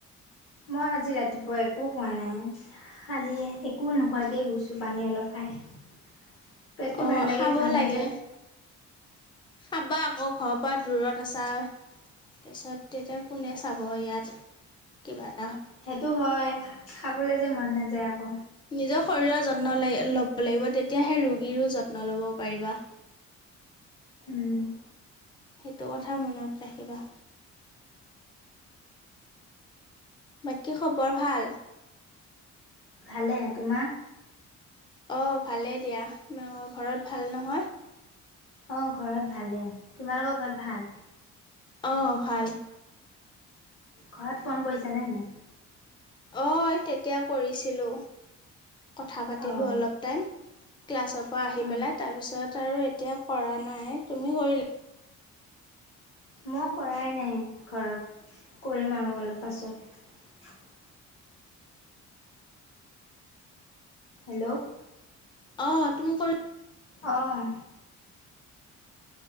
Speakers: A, on the left; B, on the left.
A: মই আজি ৰাতিপুৱা একো খোৱা নাই খালি একো নোহোৱাকে গৈছো পানী অলপ খা খাই পেটটো
B: অ
A: ভাল লাগি
B: খাব
A: থকা নাই
B: লাগে
A: যে।
B: খাবা অহ ঘৰৰ পৰা দূৰত আছা তাৰপিছত তেতিয়া কোনে চাব ইয়াত কিমান
A: সেইটো হয় খাবলে যে মন নাযায় আকৌ
B: নিজৰ শৰীৰৰ যত ল' ল'ব লাগিব তেতিয়াহে ৰোগীৰো যত্ন ল'ব পাৰিবা
A: উম
B: সেইটো কথা মনত ৰাখিবা বাকী খবৰ ভাল
A: ভালে তোমাৰ
B: অ ভালেই দিয়া তোমালোকৰ ঘৰত ভাল নহয়
A: অ ঘৰত ভালে তোমালোকৰ ঘৰত ভাল
B: অ ভাল
A: ঘৰত ফোন কৰিছানে নাই
B: অ তেতিয়া কৰিছিলোঁ কথা পাতিলোঁ
A: অ',
B: অলপ টাইম ক্লাছৰ পৰা আহি
A: অ',
B: পেলাই তাৰপিছত আৰু এতিয়া কৰা নাই তুমি কৰিলা
A: মই কৰাই নাই ঘৰত কৰিম আৰু অলপ পাছত হেল্ল'
B: অ তুমি কৰি
A: অহ।